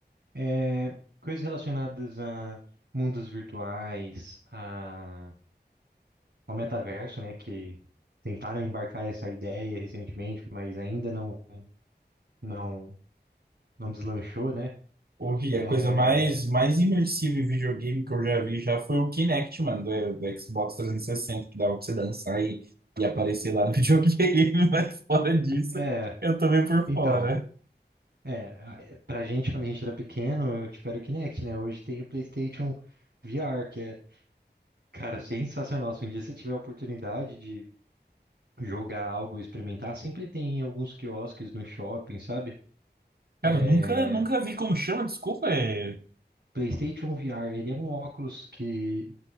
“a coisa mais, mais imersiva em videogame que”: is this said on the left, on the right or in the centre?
Right